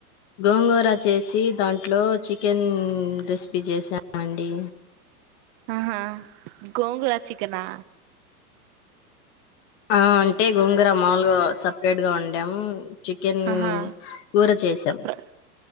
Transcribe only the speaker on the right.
ఆహా గోంగూర చికనా
ఆహా
ప్ర-